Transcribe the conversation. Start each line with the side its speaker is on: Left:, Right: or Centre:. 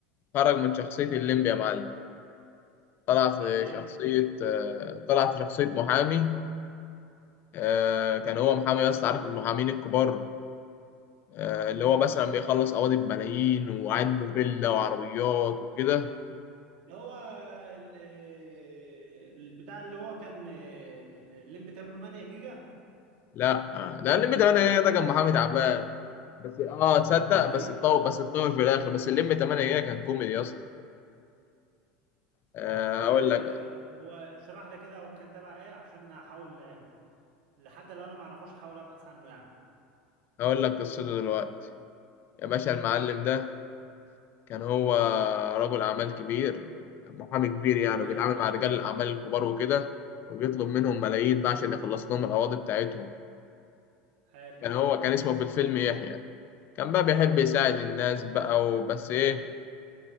Left: خرج من شخصيه الليمبي يا معلم طلع
Right: وبعدين
Left: في شخصيه آه، طلع في شخصيه محامي آه، كان هو محامي بس عارف المحامين الكبار آه، اللي
Right: امم
Left: هو مثلا بيخلص قواضي بملايين وعنده فيلا وعربيات وكده
Right: هو ال- آه، البتاع اللي هو كان آه، الليمبي 8 جيجا
Left: لا آه، لا الليمبي 8 جيجا ده كان محامي تعبان بس اه تصدق بس
Right: ايوه
Left: اتطور بس اتطور في الاخر بس الليمبي 8 جيجا كان كوميدي يا اسطى آه،
Right: طب آه،
Left: هقول لك
Right: هو اشرح لي كده هو كان تبع ايه عشان احاول آه، حتى لو انا ما اعرفوش احاول ابحث عنه يعني
Left: هقول لك قصته دلوقتي يا باشا المعلم ده كان هو رجل اعمال كبير محامي كبير يعني
Right: تمام
Left: وبيتعامل مع رجال الاعمال الكبار وكده وبيطلب منهم ملايين بقى عشان يخلص لهم القواضي بتاعتهم
Right: حلو
Left: كان هو كان اسمه في الفيلم يحيى كان بقى بيحب يساعد الناس بقى وبس ايه